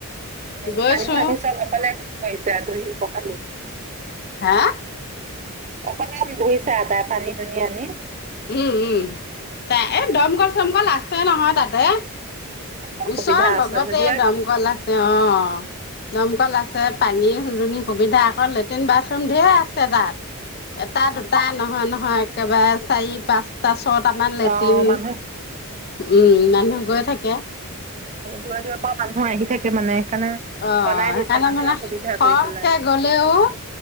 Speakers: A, on the right; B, on the left.
A: উম
B: গৈছো
A: পানী চানী চব অকলে কৈছে আওঁ ধুই পখালি।
B: হাঁ?
A: অকমান ধুইছা তাই পানী দুনী আনি।
B: উম উম তাই এ
A: অ
B: দমকল চমকল আছে নহয় তাতে।
A: অ
B: ওচৰ
A: সুবিধা আছে
B: লগতে
A: যদি
B: দমকল আছে অঁ। দমকল আছে পানী দুনী সুবিধা আকৌ লেট্ৰিন বাথৰুম- ধেই আছে তাত। এটা দুটা নহয় নহয় একেবাৰে চাৰি পাঁচটা- ছটামান লেট্ৰিন
A: অ মানুহ
B: উম মানুহ গৈ থাকে।
A: দূৰ দূৰৰ পৰা মানুহ আহি থাকে মানে। সেইকাৰণে
B: অঁ
A: বনাই
B: সেইকাৰণে
A: দিছে
B: মানে
A: আৰু সুবিধা
B: খহকে
A: কৰি পেলাই
B: গ'লেও-